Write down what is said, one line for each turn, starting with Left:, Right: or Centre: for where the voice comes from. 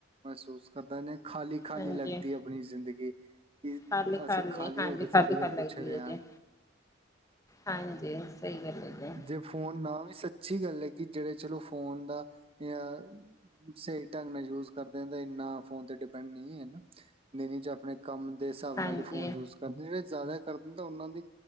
Right: ਮਹਿਸੂਸ ਕਰਦੈ ਖਾਲੀ ਖਾਲੀ
Left: ਹਾਂਜੀ,
Right: ਲੱਗਦੀ ਅਪਨੀ ਜ਼ਿੰਦਗੀ। ਕਿ
Left: ਖਾਲੀ
Right: ਅਸੀ ਖਾਲੀ
Left: ਹਾਂਜੀ
Right: ਹੋਗੇ, ਸਾਡੇ
Left: ਖਾਲੀ ਖਾਲੀ
Right: ਕੋਲ
Left: ਲੱਗਦੀ
Right: ਕੁੱਛ ਰੇਆ
Left: ਹੈ ਜੀ।
Right: ਨੀਂ।
Left: ਹਾਂਜੀ। ਸਹੀ ਗੱਲ ਹੈ ਜੀ।
Right: ਜੇ ਫੋਨ ਨਾ ਵੀ ਸੱਚੀ ਗੱਲ ਐ ਕਿ ਜੇੜੇ ਚਲੋ ਫੋਨ ਦਾ ਯਾ ਸਈ ਢੰਗ ਨਾਲ ਯੂਜ ਕਰਦੇ ਤਾਂ ਏਨਾ ਫੋਨ ਤੇ ਡਿਪੈਂਡ ਨੀਂ ਹੈਨਾ, ਨਈਂ ਦਿਨ ਚ ਅਪਨੇ ਕੰਮ ਦੇ ਹਿਸਾਬ
Left: ਹਾਂਜੀ,
Right: ਨਾਲ ਹੀ ਫੋਨ ਯੂਜ ਕਰਦੇ, ਜੇੜੇ ਜਾਦਾ ਕਰਦੇ ਓਨਾਂ ਦੀ